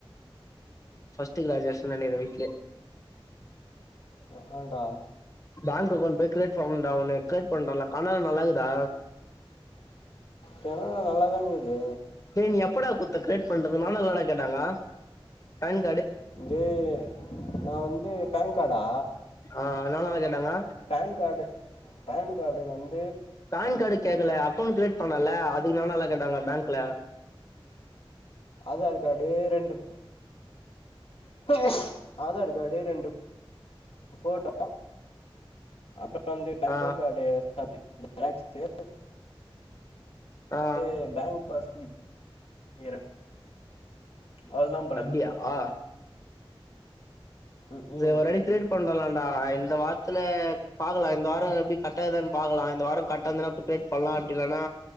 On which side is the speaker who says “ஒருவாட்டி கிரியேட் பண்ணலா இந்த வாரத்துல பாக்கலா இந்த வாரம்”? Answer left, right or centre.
Left